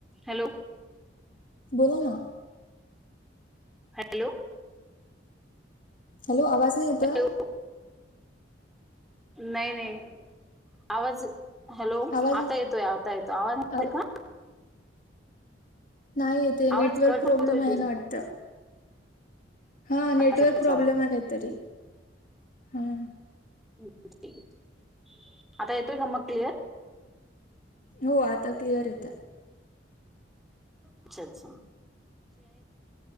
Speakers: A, in the centre; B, on the left (about 45°).
A: Hello
B: बोला ना.
A: Hello
B: hello आवाज नाही येतेय?
A: हॅलो नाही नाही आवाज हॅलो
B: आवाज
A: आता येतोय आता येतोय आवाज <unintelligible>
B: आव
A: का
B: नाही व तेे
A: आवाज
B: नेटवर्क
A: कट
B: प्रॉब्लेम
A: होतोय
B: आहे
A: तुझा
B: ना वाटतं. हा नेटवर्क
A: अच्छा अच्छा
B: प्रॉब्लेम आहे काहीतरी. हम्म
A: <unintelligible> आता येतोय का मग क्लिअर?
B: हो आता क्लिअर येत आहे.
A: अच्छा अच्छा.